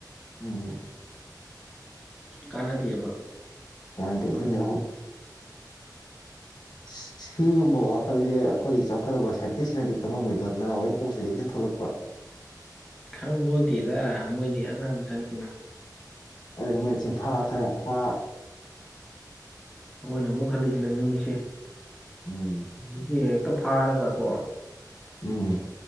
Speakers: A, on the left; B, in the centre.
A: ꯑꯣ꯫
B: ꯀꯥꯟꯅꯗꯦꯕꯥ
A: ꯀꯥꯟꯅꯗꯦ ꯑꯗꯨꯅꯦ ꯁꯤꯒꯨꯝꯕ ꯋꯥꯈꯜ ꯖꯦ ꯑꯩꯈꯣꯏꯒꯤ ꯆꯥꯎꯈꯠꯂꯕ ꯁꯥꯏꯟꯇꯤꯁꯁꯤꯡꯅꯗꯤ ꯈꯪꯉꯝꯃꯣꯏꯗꯣ ꯅꯅꯥꯍꯎꯋꯥꯏ ꯀꯣꯁꯤꯇꯗꯒꯤ ꯍꯦꯛꯇ ꯊꯣꯛꯂꯛꯄ꯫
B: ꯈꯪꯕꯣꯟꯗꯦꯗ ꯃꯣꯏꯗꯤ ꯑꯉꯥꯡꯕ ꯆꯥꯅꯤ ꯀꯅꯣ꯫
A: ꯑꯗꯨꯅ ꯃꯣꯌꯗꯤ ꯆꯤꯅꯐꯥ ꯈꯔꯥ ꯐꯥ
B: ꯑꯩꯈꯣꯏꯅ ꯑꯃꯨꯛ ꯈꯜꯂꯤꯁꯤꯅꯦ ꯅꯨꯃꯤꯠꯁꯦ
A: ꯎꯝ
B: <unintelligible> ꯇ ꯐꯥꯔꯒ ꯀꯣ
A: ꯎꯝ꯫